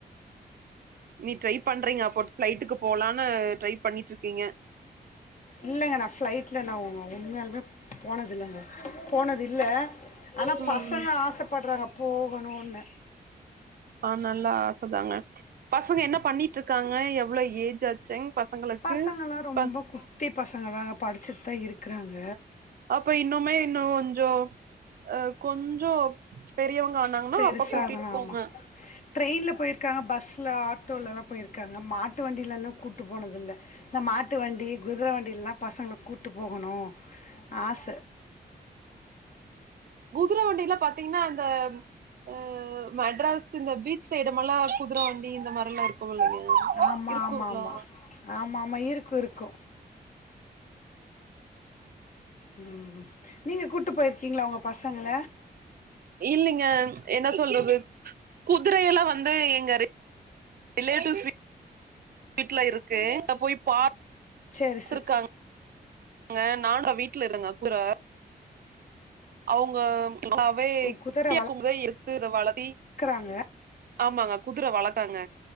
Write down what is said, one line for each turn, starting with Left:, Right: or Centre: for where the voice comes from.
Right: நீ ட்ரை பண்றீங்கப்ப பிளைட்டுக்கு போலான்னு ட்ரை பண்ணிட்டுருக்கீங்க
Left: இல்லங்க நா ஃப்ளைட்ல நா உண்மையாலுமே போனதல்லங்க போனது இல்ல ஆனா
Right: ம்
Left: பசங்க ஆசைப்பட்றாங்க போகணுன்னு
Right: ஆஹ் நல்லா ஆச தாங்க பசங்க என்ன பண்ணிட்டுருக்காங்க எவ்வளவு ஏஜ் ஆச்சுங் பசங்களுக்கு
Left: பசங்கள்லா ரொம்ப
Right: ப
Left: குட்டி பசங்க தாங்க படிச்சுட்டு தா இருக்கறாங்க
Right: அப்ப இன்னுமே இன்னு கொஞ்சோ அ கொஞ்சோ பெரியவங்க ஆனாங்கன்னா
Left: பெருச
Right: அப்ப கூட்டிட்டு
Left: ஆகலா
Right: போங்க
Left: ஆமா ட்ரெயின்ல போயிருக் காங்க பஸ்ல ஆட்டோலல்லா போயிருக்காங்க மாட்டு வண்டியிலன்னு கூட்டு போனதில்ல இந்த மாட்டு வண்டி குதிரை வண்டில்லா பசங்கள கூப்ட்டு போகணு ஆச
Right: குதர வண்டில பாத்தீங்னா அந்த அ மெட்ராஸ் இந்த பீச் சைட்மல்லா குதிர வண்டி இந்த மாரி எல்லா இருக் போவலங்க
Left: ஆமா
Right: இருக்குங்ளா
Left: ஆமா ஆமா ஆமா ஆமா இருக்கு இருக்கு ம் நீங்க கூட்டு போயிருக்கீங்ளா உங்க பசங்கள
Right: இல்லிங்க என்ன சொல்றது குதிரையெல்லா வந்து எங்க ரிலேட்டிவ்ஸ் வீட்ல இருக்கு போய் பாத்
Left: சேரி சேரி
Right: துருக்காங் க நாண்டா வீட்டுல தாங்க குதர அவங்க ளாவே
Left: குதிர
Right: குட்டிாக்கும்போதே எடுத்து இத வளத்தி
Left: வளக்குறாங்க
Right: ஆமாங்க குதுர வளகாங்க